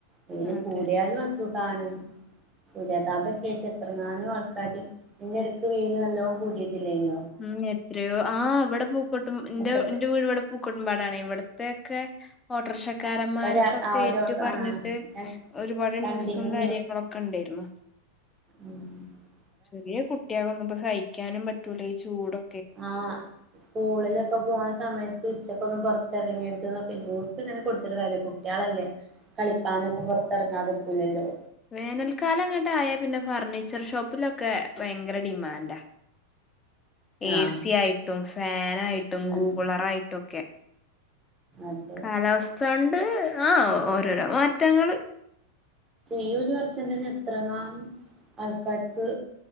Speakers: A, on the right; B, on the left.
A: വെയില്
B: അതെ
A: കൂടിയാല് അസു ഖാണ്. സൂര്യതാപക്കെയേറ്റ് എത്രങ്ങാനും ആൾക്കാര് ഇതിനെടയ്ക്ക് വെയ്ല് നല്ലോം കൂടിയിട്ടില്ലേന്
B: ഉം എത്രയോ ആ ഇവിടെ പൂക്കോട്ടും ൻ്റെ
A: മുപ്പത്തി
B: ൻ്റെ വീട് ഇവിടെ പൂക്കോട്ട <unintelligible> ഇവിടത്തെക്കെ ഓട്രോക്ഷ ക്കരൻമാർക്കൊക്കെ
A: ഒരാ ആ ഒരോട്ടം
B: ഏറ്റു പറഞ്ഞിട്ട്
A: ആ ഞാൻ
B: ഒരുപാട്
A: കണ്ടിരുന്നു
B: ന്യൂസും കാര്യങ്ങളൊക്കെണ്ടേരുന്നു
A: മം
B: ചെറിയ കുട്ടിയാവുമ്പോ സഹിക്കാനും പ റ്റൂല്ലാ ഈ ചൂടൊ
A: ആ സ്‌കൂളിലൊക്കെ പോണ സമയത്ത് ഉച്ചക്കൊന്നും പൊറ എറങ്ങരുതെന്നൊക്കെ ന്യൂസിങ്ങനെ കൊടുത്തിട്ട് കാര്യല കുട്ട്യളല്ലേ കളിക്കാനൊക്കെ പൊറത്ത് എറങ്ങാതിരിക്കൂല്ലാല്ലോ
B: വേനൽക്കാലങ്ങട്ടായാ പിന്നെ ഫർണീച്ചർ ഷോപ്പിലൊക്കെ ഭയങ്കര ഡിമാൻ്റാ എസിയായിട്ടും
A: ആഹ്
B: <unintelligible> ആയിട്ടും
A: ഉം
B: കൂളറായിട്ടൊക്കെ
A: അതെ
B: കാലാവസ്ഥ കൊ <unintelligible> ആ ഓരോരോ മാറ്റങ്ങള്
A: ഈയൊരു വർഷം തന്നെ എത്രണ്ണാ ആൾക്കാർക്ക്